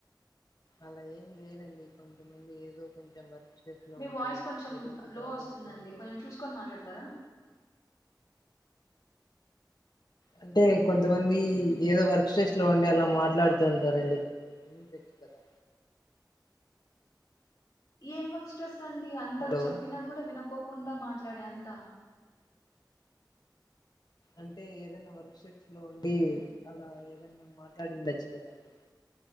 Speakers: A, on the left (about 60°); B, on the left (about 45°).
A: అలా ఏం లేదండి కొంతమంది ఏదో కొంచెం వర్క్ స్ట్రెస్ లో
B: మీ
A: ఉంటారు
B: వాయిస్ కొంచెం
A: ఏదో ఒకటి
B: లో
A: ప్రాబ్లమ్స్
B: వస్తుందండి
A: ఉంటారు
B: కొంచెం చూసుకొని మాట్లాడతారా.
A: అంటే కొంతమంది ఏదో వర్క్ స్ట్రెస్ లో ఉండే అలా మాట్లాడుతుంటారండీ. కొంచెం కరుణించి వచ్చు కదా
B: ఏం వర్క్ స్ట్రెస్ స్ అండి అంతగా
A: హలో
B: చెప్పినా కూడా వినకుం. కోకుండా మాట్లాడే అంత
A: అంటే ఏదైనా వర్క్ స్ట్రెస్ లో ఉండి అలా ఏదైనా మాట్లాడి ఉండొచ్చు కదా అండి.